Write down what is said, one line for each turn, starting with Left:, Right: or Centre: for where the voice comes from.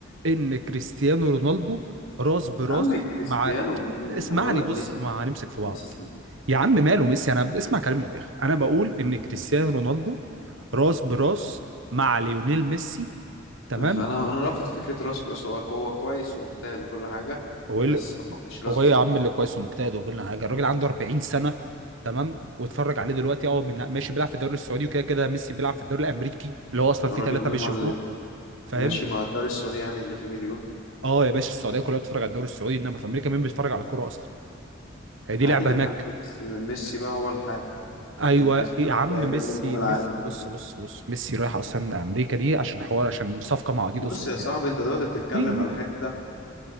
Right: ان كريستيانو رونالدو راس براس
Left: عم كريستيانو
Right: مع
Left: مين
Right: اسمعني
Left: يعني بقول لك
Right: بص
Left: ميسي
Right: ما هنمسك في
Left: ميسي
Right: بعض يا عم ماله ميسي انا اسمع كلامي للاخر انا بقول ان كريستيانو رونالدو راس براس مع ليونيل ميسي تمام
Left: فانا انا رافض فكره راس براس هو هو كويس واجتهد وكل حاجه
Right: هو
Left: بس
Right: ايه اللي-
Left: هو مش راس
Right: هو
Left: براس
Right: ايه يا عم اللي كويس ومجتهد ويقول لنا حاجه الراجل عنده 40 سنه تمام واتفرج عليه دلوقتي اه من ماشي بيلعب في الدوري السعودي وكده كده ميسي بيلعب في الدوري الامريكي اللي هو اصلا
Left: الراجل
Right: فيه ثلاثه
Left: اللي
Right: بيشوفوه
Left: ما اللي
Right: فاهم
Left: ماشي مع الدار السعودي يعني اللي فيه مليون
Right: اه يا باشا السعوديه كلها بتتفرج على الدوري السعودي انما في امريكا مين بيتفرج على كوره اصلا هي دي
Left: عادي
Right: لعبه
Left: اللي
Right: هناك
Left: بيحب ميسي من ميسي بقى هو لحاله لكن
Right: ايوه
Left: كريستيانو
Right: يا عم
Left: جايبين
Right: ميسي
Left: له نجوم العالم
Right: ميسي بص بص بص ميسي رايح اصلا امريكا دي عشان حوار عشان صفقه مع اديداس
Left: بص
Right: وبتاع
Left: يا صاحبي انت دلوقتي بتتكلم
Right: إيه إيه.
Left: على حته